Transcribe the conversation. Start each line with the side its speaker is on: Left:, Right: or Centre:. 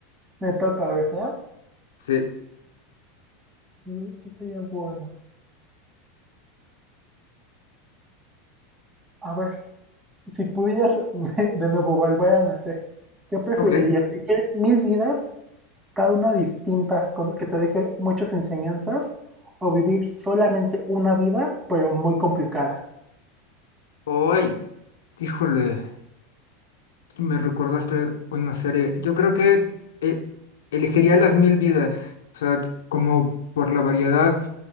Right: me toca, ¿verdad?
Left: Sí,
Right: ¿Qué, qué sería bueno? A ver, si pudieras <laughs> de nuevo volver a nacer, ¿qué preferirías?
Left: ok.
Right: ¿Vivir mil vidas, cada una distinta, con, que te deje muchas enseñanzas? ¿O vivir solamente una vida, pero muy complicada?
Left: Ay, híjole, me recordaste una serie. Yo creo que eh, elegiría Las Mil Vidas, o sea, como por la variedad